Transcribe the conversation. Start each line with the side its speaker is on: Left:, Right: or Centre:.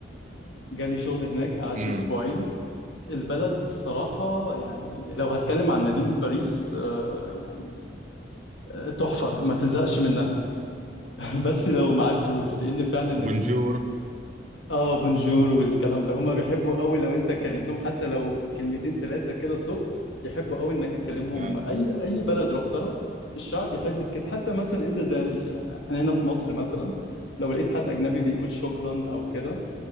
Left: جالي شغل هناك قعدت
Right: امم
Left: أسبوعين البلد الصراحة يعني لو هتكلم عن مدينة باريس آه، يعني آه، تحفة ما تزهقش منها <laughs> بس لو معاك فلوس لأن فعلا
Right: بونجور
Left: اه بونجور والكلام ده هما بيحبوا قوي لو انت كلمتهم حتى لو كلمتين ثلاثه كده الصبح يحبوا قوي انك تكلمهم
Right: آه.
Left: اي اي بلد رحتها الشعب يحب كده حتى مثلا انت زي يعني احنا هنا في مصر مثلا لو لقيت حد اجنبي بيقول شكرا او كده